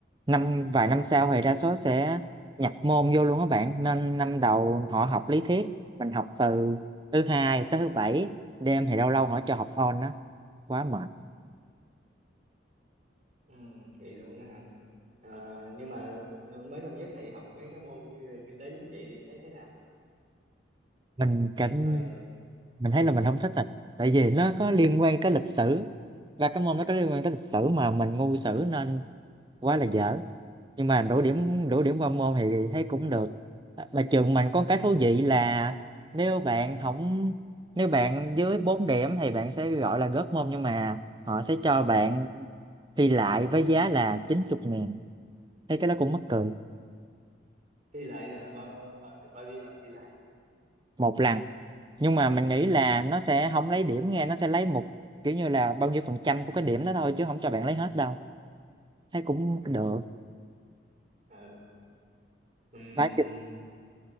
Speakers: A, on the right; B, on the right.
A: năm vài năm sau thì đa số sẽ nhập môn vô luôn các bạn nên năm đầu họ học lý thuyết mình học từ thứ hai tới thứ bảy đêm thì lâu lâu họ cho học on đó quá mệt
B: Ừ, vậy luôn á hả? À, nhưng mà mới năm nhất thì học mấy cái môn như kinh tế chính trị thì thấy thế nào?
A: mình cảm
B: Rồi
A: mình thấy là mình không thích thật tại vì nó có liên quan tới lịch sử và cái môn nó có liên quan tới lịch sử mà mình ngu sử nên quá là dở nhưng mà đủ điểm đủ điểm qua môn thì thấy cũng được À, mà trường mình có cái thú vị là nếu bạn không nếu bạn dưới 4 điểm thì bạn sẽ gọi là gớt môn nhưng mà họ sẽ cho bạn thi lại với giá là chín mươi ngàn thấy cái đó cũng mắc cười
B: thi lại là bao, bao được bao nhiêu lần thi lại?
A: một lần nhưng mà mình nghĩ là nó sẽ không lấy điểm nghe nó sẽ lấy một kiểu như là bao nhiêu phần trăm của cái điểm đó thôi chứ không cho bạn lấy hết đâu thấy cũng được
B: Ờ, ừm,
A: ba chữ-